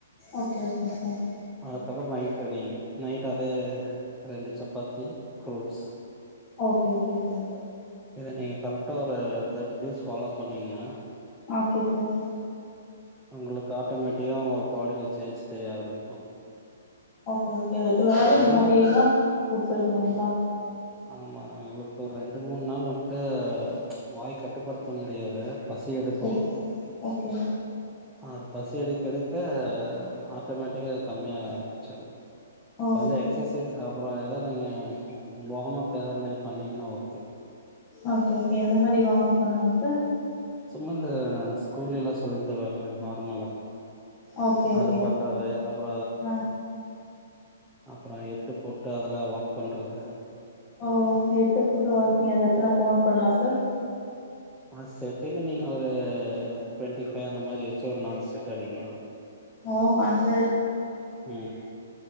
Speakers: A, on the left; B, in the centre.
A: ஓகே ஓகே சார்
B: அதுக்கப்பற நைட்டு் நீங்க நைட்டு அதே ரெண்டு chapati fruits
A: okay okay sir
B: இத நீங்க கரெக்டா ஒரு தேர்ட்டி டேஸ் ஃபாலோ பண்ணிங்கனா
A: ஓகே சார்
B: உங்களுக்கு ஆட்டோமேட்டிக்கா உங்க பாடில சேஞ்ச் தெரிய ஆரம்பிக்கு
A: ஓகே ஓகே ரெகுலராவே இந்த
B: என்ன
A: மாரிதா ஃபுட்ஸ் எடுக்கணுங்களா
B: ஆமா உங்களுக்கு ஒரு ரெண்டு மூண் நாள் வந்ட்டு வாய் கட்டுப்படுத்த முடியாது பசி எடுக்கு
A: சரி ஓகே
B: அது பசி எடுக்க எடுக்க ஆட்டோமேட்டிக்கா அது கம்மியாக ஆரம்மிச்சிரு
A: ஓ
B: கொஞ்ச எக்சஸ் பேசுங்க அப்றோ எதாவ்து நீங்க வார்ம்அப் எதாவ்து மாரி பண்ணீங்கனா ஓகே
A: ஓகே ஓகே எந்த மாரி வார்ம் அப் பண்லாங்க சார்
B: சும்மா இந்த ஸ்கூல்லேலா சொல்லி தருவாங்கள நார்மலா
A: ஓகே ஓகே
B: அது பண்றது அப்ற
A: ஆ
B: அப்புற எட்டு போட்டு அதுல வாக் பண்றது
A: ஓ எட்டு போட்டு வாக்கிங்கா அதுல எத்தன கவுண்ட் பண்லா சார்
B: அ செட்டுக்கு நீங்க ஒரு ட்வெண்ட்டி ஃபைவ் அந்த மாரி வச்சு ஒரு நாலு செட் அடிங்க
A: ஓ அந்து
B: ம்